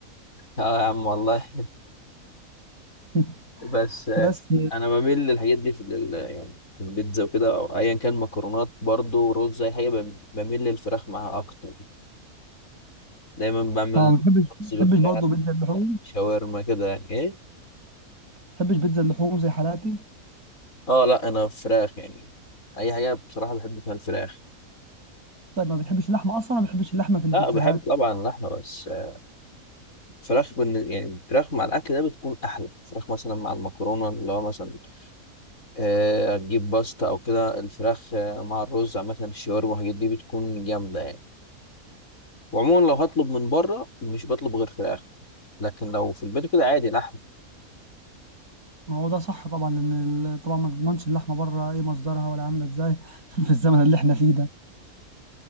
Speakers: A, on the left (about 65°); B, on the right (about 75°).
A: اه يا عم والله
B: <laughs>
A: بس آه،
B: بس
A: انا بميل للحاجات دي في ال- يعني في البيتزا وكده او ايا كان مكرونات برضو رز اي حاجه بم- بميل للفراخ معاها اكتر دايما بعمل
B: اه ما بتحبش
A: رز
B: ما بتحبش
A: بالفراخ
B: برضه بيتزا اللحوم
A: شاورما كده يعني ايه
B: ما بتحبش بيتزا اللحوم زي حالاتي
A: اه لا انا فراخ يعني اي حاجه بصراحه بحب فيها الفراخ
B: طيب ما بتحبش اللحمه اصلا ما بتحبش اللحمه في البيتزاهات
A: لا بحب طبعا اللحمه بس آه، فراخ بن... يعني فراخ مع الاكل ده بتكون احلى فراخ مثلا مع المكرونه اللي هو مثلا آه، هتجيب باستا او كده الفراخ آه، مع الرز عامه الشاورما والحاجات دي بتكون جامده يعني وعموما لو هطلب من بره مش بطلب غير فراخ لكن لو في البيت كده عادي لحم
B: ما هو ده صح طبعا لان ال- طبعا ما تضمنش اللحمه بره ايه مصدرها ولا عامله ازاي <laughs> في الزمن اللي احنا فيه ده